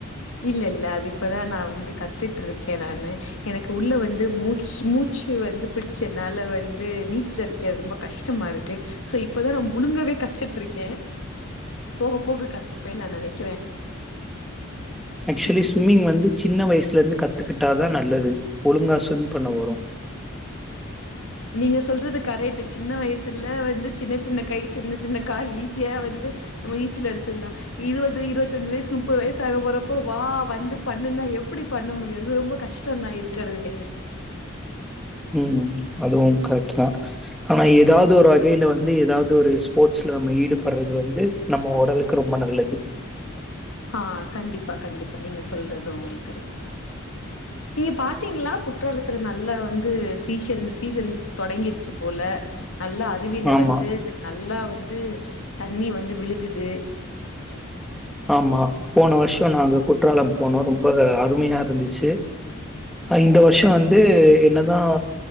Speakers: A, on the left (about 75°); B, in the centre.
A: இல்ல இல்ல அது இப்பதான் நான் வந்து கத்துட்டுருக்கேன் நானு எனக்கு உள்ள வந்து மூச்சு மூச்சு வந்து பிடிச்ச என்னால வந்து நீச்சல் அடிக்க ரொம்ப கஷ்டமா இருக்கு சோ இப்பதான் நான் முழுங்கவே கத்துட்டு இருக்கேன் போக போக கத்துப்பேன்னு நான் நெனக்கிறேன்
B: ஆக்சுவலி ஸ்விம்மிங் வந்து சின்ன வயசுல இருந்து கத் கத்துக்கிட்டாதான் நல்லது ஒழுங்கா ஸ்விம் பண்ண வரும்
A: நீங்க சொல்றது கரெக்ட்டு சின்ன வயசுல வந்து சின்ன சின்ன கை சின்ன சின்ன கால் ஈஸியா வந்து நம்ம நீச்சல் அடிச்சிடலாம் இருபது இருபத்தஞ்சு வயசு முப்பது வயசு ஆக போறப்போ வா வந்து பண்ணுன்னா எப்படி பண்ண முடியும் அது ரொம்ப கஷ்டம்தான் இருக்கறதுலயே
B: ம் அதுவும் கரெக்ட்டு தான் ஆனா ஏதாவது ஒரு வகையில வந்து ஏதாவது ஒரு ஸ்போர்ட்ஸ்ல நம்ம ஈடுபடுறது வந்து நம்ம உடலுக்கு ரொம்ப நல்லது
A: ஆ கண்டிப்பா கண்டிப்பா நீங்க சொல்றதும் கரெக்ட்டு தான் நீங்க பாத்தீங்களா குற்றாலத்துல நல்லா வந்து சீசன் சீசன் தொடங்கிருச்சு போல நல்லா அருவியில
B: ஆமா,
A: வந்து நல்லா வந்து தண்ணி வந்து விழுகுது
B: ஆமா போன வருஷம் நாங்க குற்றாலம் போனோம் ரொம்ப அருமையா இருந்துச்சு இந்த வருஷம் வந்து என்னதான்